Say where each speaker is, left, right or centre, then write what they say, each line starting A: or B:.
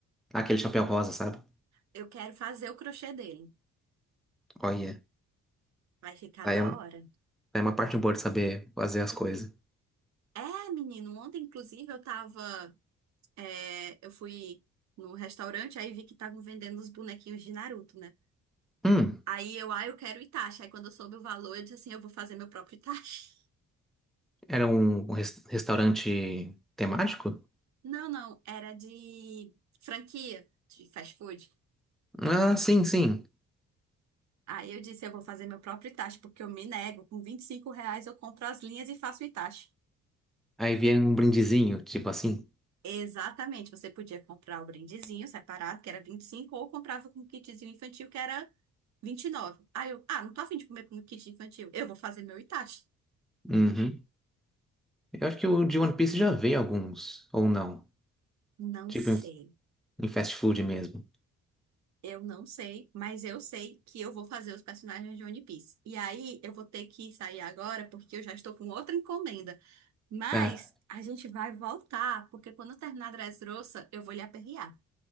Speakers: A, in the centre; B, on the right.
A: Aquele chapéu rosa, sabe?
B: Eu quero fazer o crochê dele.
A: Olha,
B: Vai ficar
A: aí
B: da
A: é, um-
B: hora?
A: é uma parte boa de saber fazer as coisas.
B: É, menino, ontem, inclusive, eu tava. é, eu fui no restaurante, aí vi que estavam vendendo os bonequinhos de Naruto, né?
A: Hum,
B: Aí eu, ah, eu quero Itachi. Aí quando eu soube o valor, eu disse assim: eu vou fazer meu próprio Itachi.
A: era um res- restaurante temático?
B: Não, não, era de franquia de fast food.
A: Ah, sim, sim.
B: Aí eu disse, eu vou fazer meu próprio Itachi, porque eu me nego. Com 25 reais eu compro as linhas e faço o Itachi.
A: Aí vinha um brindezinho, tipo assim.
B: Exatamente, você podia comprar o brindezinho separado, que era 25 ou comprava com o kitzinho infantil, que era 29. Aí eu, ah, não tô afim de comer com o kit infantil, eu vou fazer meu Itachi.
A: Uhum. Eu acho que o de One Piece já veio alguns, ou não.
B: Não
A: Tipo
B: sei,
A: em, em fast food mesmo.
B: eu não sei, mas eu sei que eu vou fazer os personagens de One Piece. E aí eu vou ter que sair agora, porque eu já estou com outra encomenda. Mas
A: Ah,
B: a gente vai voltar, porque quando eu terminar a Dressrosa, eu vou lhe aperrear.